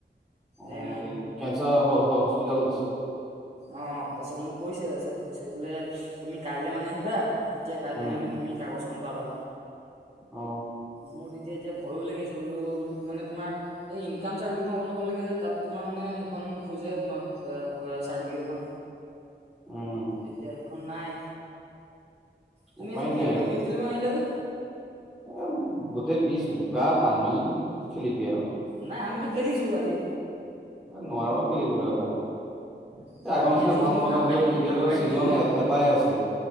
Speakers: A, in the centre; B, on the right.
A: অঁ,
B: এই
A: কেঞ্চাৰৰ হ হ হস্পিটলত আছে।
B: অঁ। তাৰপিছত মোক কৈছে, তাৰপিছত কৈছে বোলে তুমি কাইলৈ মানে আহিবা, তেতিয়া কাইলে
A: উম
B: মানে তুমি কাগজ খন পাবা।
A: অ
B: মোৰ তেতিয়া এতিয়া ভয়ো লাগি আ ছে বোলো মোক মানে তোমাৰ, এই ইনকম চাৰ্টিফিকেট খন বনাব ব লাগে যে, তাত তোমাৰ মানে সেইখন খোজে তোমাৰ এ পৰা চাৰ্টিফিকেট খন।
A: উম
B: এতিয়া সেইখন নাই, তুমি
A: উপায়
B: আজি কি
A: নাই আৰু
B: ক্ৰিকেট খেলিব নাহিলা যে?
A: এ গোটেই পিচ বোকা পানী। কি খেলিবি আৰু।
B: নাই আমিতো খেলিছো আজি।
A: নোৱাৰো আৰু খেলিবলৈ এ তাত।
B: এই
A: এ আগৰ
B: আমি
A: নিচিনা
B: আজি
A: ভাল
B: এনেই
A: নলা
B: নাম্বাৰিং
A: হল অ। ক্ৰিকেটৰ
B: নাম্বাৰিং
A: ছিজন
B: খেলিলো
A: এটাই আছে।